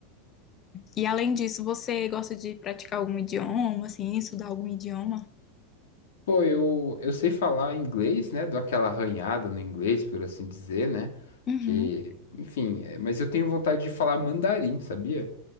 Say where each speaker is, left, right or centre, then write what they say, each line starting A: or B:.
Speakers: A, on the left (about 30°); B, on the left (about 85°).
A: E além disso, você gosta de praticar algum idioma, assim, estudar algum idioma?
B: Pô, eu, eu sei falar inglês, né? Dou aquela arranhada no inglês, por assim dizer, né?
A: Uhum.
B: Porque, enfim, é, mas eu tenho vontade de falar mandarim, sabia?